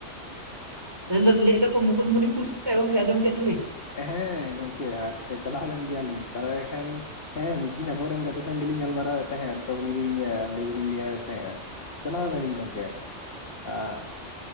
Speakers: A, on the right; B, on the left.
A: <unintelligible> ᱞᱟᱹᱭ ᱮᱫ ᱫᱚᱠᱚ ᱢᱩᱠᱩᱴᱢᱩᱱᱤᱯᱩᱨ ᱥᱮᱫ ᱜᱚᱝᱠᱮ ᱟᱸᱡᱚᱢ ᱠᱮᱫ ᱫᱚᱞᱤᱧ
B: ᱦᱮᱸ ᱜᱚᱢᱠᱮ ᱟᱨ ᱛᱮᱜ ᱪᱟᱞᱟᱣ ᱞᱮᱱ ᱜᱮᱭᱟᱞᱤᱧ ᱾ ᱛᱟᱦᱚᱞᱮ ᱮᱠᱷᱟᱱ ᱦᱮᱸ ᱢᱤᱫ ᱫᱤᱱ ᱟᱵᱚᱨᱮᱱ ᱜᱟᱛᱮ ᱥᱟᱶ ᱜᱮᱞᱤᱧ ᱜᱟᱞᱢᱟᱨᱟᱣᱮᱫ ᱛᱟᱦᱮᱸᱫ ᱛᱚ ᱩᱱᱤ ᱞᱤᱧ ᱞᱟᱹᱭ ᱫᱚᱞᱤᱧ ᱞᱟᱹᱭ ᱛᱟᱦᱮᱸᱜᱼᱟ ᱾ ᱪᱟᱞᱟᱣ ᱞᱤᱱᱟᱹᱧ ᱜᱚᱢᱠᱮ ᱟᱸᱜ